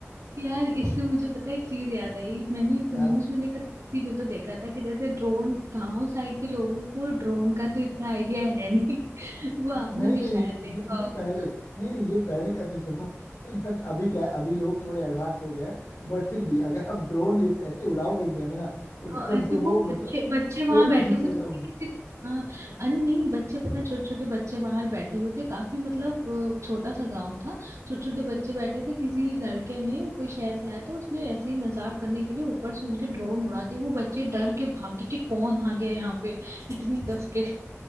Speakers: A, on the right; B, on the left.
A: यार इससे मुझे पता है एक चीज याद आई मैंने
B: क्या
A: न्यूज में देखा था किसी में तो देखा था कि जैसे ड्रोन गांव साइड के लोगों को ड्रोन का तो इतना आइडिया है नहीं <laughs> वो आपने
B: नहीं
A: भी
B: नहीं
A: शायद
B: नहीं
A: देखा
B: ये ये
A: होगा
B: पहले नहीं नहीं ये पहले का सिस्टम था इनफैक्ट अभी क्या है अभी लोग थोड़े एडवांस हो गए हैं बट फिर भी अगर आप ड्रोन ऐसे उड़ाओगे इंडिया में ना तो कसम
A: और ऐसे
B: से
A: वो
B: वो मतलब
A: बच्चे बच्चे वहां
B: कोई भी
A: बैठे
B: खींच
A: हुए
B: लेगा
A: थे मैंने
B: उसे
A: किसी हाँ अरे नहीं बच्चे पता है छोटे छोटे बच्चे बाहर बैठे हुए थे काफी मतलब अ, छोटा सा गांव था छोटे छोटे बच्चे बैठे थे किसी लड़के ने कोई शहर से आया था उसने ऐसे ही मजाक करने के लिए ऊपर से उनके ड्रोन उड़ा दिए वो बच्चे डर के भागे कि कौन आ गया यहाँ पे इतनी कस के